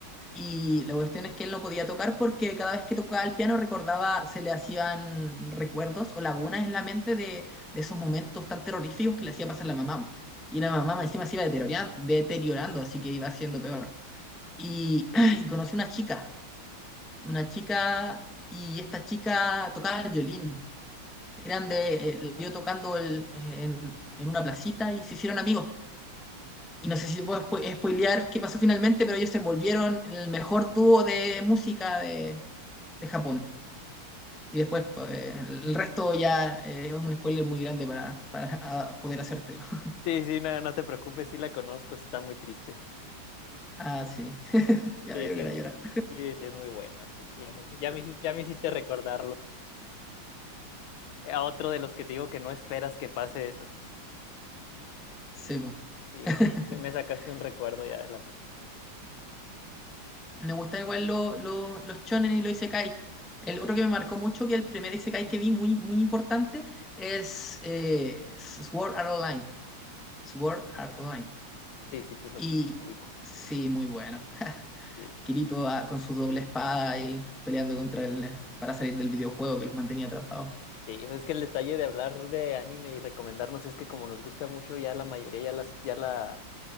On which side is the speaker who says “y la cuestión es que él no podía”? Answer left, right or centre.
Centre